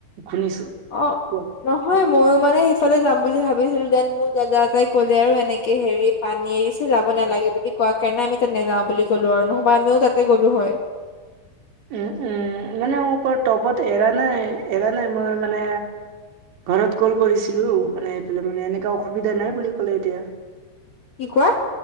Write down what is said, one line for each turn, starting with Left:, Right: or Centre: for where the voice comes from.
Right: শুনিছো
Left: অ',
Right: কোৱা
Left: নহয় ময়ো মানে সেইফালে যাম বুলি ভাবিছিলোঁ, দেন মোৰ দাদা এটাই ক'লে আৰু এনেকে হেৰি পানী এৰিছে যাব নালাগে কোৱা কাৰণে আমি তাত নেযাওঁ বুলি ক'লো আৰু নহবা আমিও তাতে গ'লো হয়।
Right: উম উম মানে টপত এৰা নাই, এৰা নাই মই মানে ঘৰত কল কৰিছিলোঁ মানে সেফালে মানে এনেকা অসুবিধা নাই বুলি কলে এতিয়া।
Left: কি কোৱা?